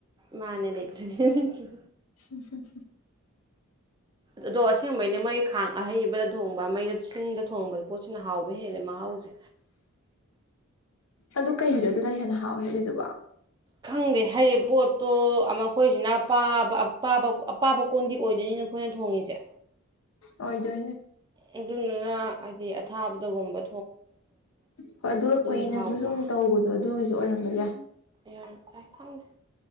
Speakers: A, on the right; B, on the left.
A: ꯃꯥꯅꯦ ꯂꯩꯇ꯭ꯔꯕꯤꯅꯤꯌ
B: ꯍꯝ ꯍꯝ
A: ꯑꯗꯣ ꯑꯁꯦꯡꯕꯩꯩꯅ ꯃꯩ ꯈꯥꯡ ꯑꯍꯩꯕꯗ ꯊꯣꯡꯕ ꯃꯩꯗ ꯆꯤꯡꯗ ꯊꯣꯡꯕ ꯄꯣꯠꯁꯤꯅ ꯍꯥꯎꯕ ꯍꯦꯜꯂꯦ ꯃꯍꯥꯎꯁꯦ
B: ꯑꯗꯨ ꯀꯩꯅꯣꯗꯨꯅ ꯍꯦꯟꯅ ꯍꯥꯎꯖꯔꯤꯗꯨꯕ
A: ꯈꯪꯗꯦ ꯍꯥꯏꯗꯤ ꯄꯕꯣꯠ ꯇꯣ ꯃꯈꯣꯏꯁꯤꯅ ꯄꯕꯕ ꯑꯄꯥꯕ ꯀꯣꯟꯗꯤ ꯑꯣꯏꯗꯣꯏꯅꯤꯅ ꯑꯩꯈꯣꯏꯅ ꯊꯣꯡꯉꯤꯁꯦ
B: ꯑꯣꯏꯗꯣꯏꯅꯦ
A: ꯑꯗꯨꯗꯨꯅ ꯍꯥꯏꯗꯤ ꯑꯊꯥꯕꯗ ꯒꯨꯝꯕ
B: ꯍꯣꯏ ꯑꯗꯨꯒ ꯀꯨꯏꯅꯁꯨ
A: ꯍꯥꯎꯕ
B: ꯁꯨꯝ
A: ꯃꯥ
B: ꯇꯧꯕꯗꯣ ꯑꯗꯨꯒꯤꯁꯨ ꯁꯤ ꯑꯣꯏꯔꯝꯕ ꯌꯥꯏ
A: ꯌꯥ ꯪꯗꯦ